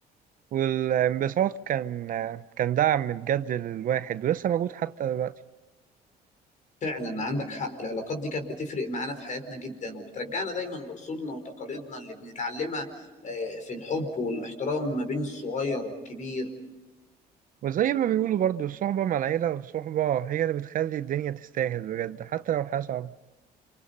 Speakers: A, on the right (about 55°); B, on the left (about 45°).
A: والانبساط كان كان دعم بجد للواحد ولسه موجود حتى دلوقتي
B: فعلا عندك حق العلاقات دي كانت بتفرق معانا في حياتنا جدا وبترجعنا دايما لاصولنا وتقاليدنا اللي بنتعلمها آه، في الحب والاحترام ما بين الصغير والكبير
A: وزي ما بيقولوا برضو الصحبة مع العيلة والصحبة هي اللي بتخلي الدنيا تستاهل بجد حتى لو الحياة صعبة